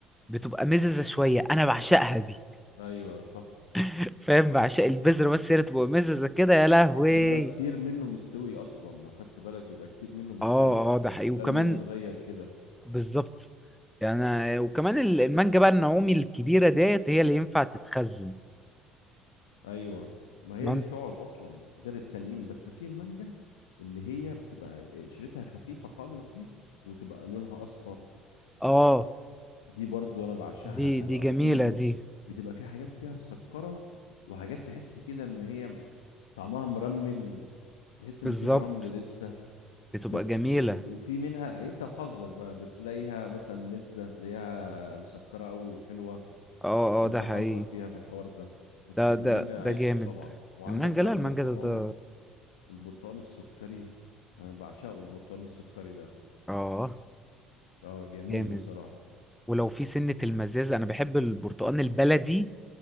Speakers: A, in the centre; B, on the left.
A: بتبقى مززة شوية انا بعشقها دي
B: ايوه صح
A: <laughs> فاهم بعشق البذرة بس هي اللي تبقى مززة كده يا لهوي
B: وبيبقى كتير منه مستوي اصلا لو خدت بالك بيبقى كتير منه مستوي
A: اه اه ده حقيقي وكمان
B: لانه متغير كده
A: بالظبط يعني وكمان ال- المانجا بقى النعومي الكبيرة ديت هي اللي ينفع تتخزن
B: ايوه ما هي
A: مم-
B: اللي بتقعد اصلا غير التانيين بس في المانجا اللي هي بتبقى قشرتها خفيفه خالص دي وتبقى لونها اصفر
A: اه
B: دي برضو انا بعشقها
A: دي
B: بتبقى
A: دي جميلة
B: في بص
A: دي
B: بتبقى في حاجات فيها مسكره وحاجات تحس كده ان هي طعمها مرمل تحس ان
A: بالظبط
B: فيها رمل لسه
A: بتبقى
B: بس
A: جميلة
B: آه، وفي منها انت وحظك بقى بتلاقيها مثلا مزه تلاقيها مسكره قوي وحلوه
A: اه
B: فانت
A: اه ده
B: وحظك
A: حقيقي
B: فيها في الحوار ده بس
A: ده
B: المانجا
A: ده ده
B: عشق
A: جامد
B: طبعا وعندك
A: المانجا
B: بقى
A: لا
B: البرتقال
A: المانجا ده ده
B: البرتقال السكري انا بعشقه البرتقال السكري ده
A: اه
B: اه جميل
A: جامد
B: بصراحة
A: ولو في سنة المزازة أنا بحب البرتقال البلدي